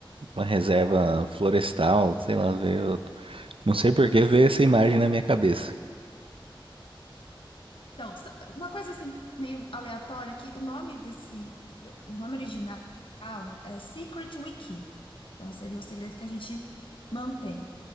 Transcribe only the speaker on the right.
uma reserva florestal, sei lá, veio, não sei por que veio essa imagem na minha cabeça.